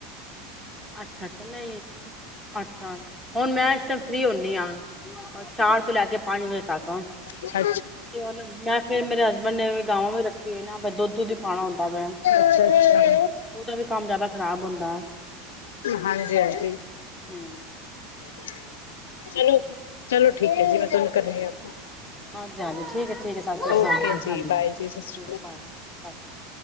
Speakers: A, in the centre; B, on the left.
A: ਅੱਛਾ ਅੱਛਾ ਨਹੀਂ ਅੱਛਾ ਹੁਣ ਮੈਂ ਇਸ ਟਾਈਮ ਫਰੀ ਹੁੰਦੀ ਹਾਂ ਚਾਰ ਤੋਂ ਲੈ ਕੇ ਪੰਜ ਵਜੇ ਤੱਕ
B: ਅੱਛਾ।
A: ਤੇ ਉਹਨ ਮੈਂ ਫੇਿਰ ਮੇਰੇ ਹਸਬੈਂਡ ਨੇ ਗਾਵਾਂ ਵੀ ਰੱਖੀ ਹੋਈ ਨਾ ਦੁੱਧ ਦੁਧ ਹੀ ਪਾਉਣਾ ਹੁੰਦਾ ਵੈ
B: ਅੱਛਾ ਅੱਛਾ
A: ਉਹਦਾ ਵੀ ਕੰਮ ਜਿਆਦਾ ਖਰਾਬ ਹੁੰਦਾ ਦਾ
B: ਹਾਂਜੀ ਹਾਂਜੀ
A: ਹਮ
B: <unintelligible> ਚਲੋ ਚਲੋ ਠੀਕ ਹੈ ਜੀ ਮੈਂ ਤੁਹਾਨੂੰ ਕਰਨੀ ਆ ਫੋਨ
A: ਹਾਂਜੀ ਹਾਂਜੀ ਠੀਕ ਹੈ ਠੀਕ ਹੈ ਸਤਿ
B: ਓਕੇ
A: ਸ਼੍ਰੀ ਅਕਾਲ
B: ਜੀ
A: ਹਾਂਜੀ
B: ਬਾਏ ਜੀ ਸਤਿ ਸ਼੍ਰੀ ਅਕਾਲ।
A: ਬਾਏ ਸਤ ਸ਼੍ਰੀ ਅਕ